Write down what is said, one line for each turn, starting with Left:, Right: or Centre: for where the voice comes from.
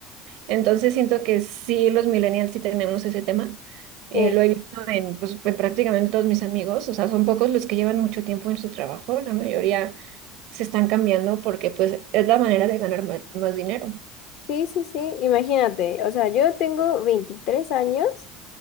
Right: Entonces siento que sí, los millennials sí tenemos ese tema. Eh,
Left: sí.
Right: lo he visto en, pues, en prácticamente todos mis amigos, o sea, son pocos los que llevan mucho tiempo en su trabajo, la mayoría se están cambiando porque pues es la manera de ganar ma- más, dinero.
Left: Sí, sí, sí, imagínate, o sea, yo tengo 23 años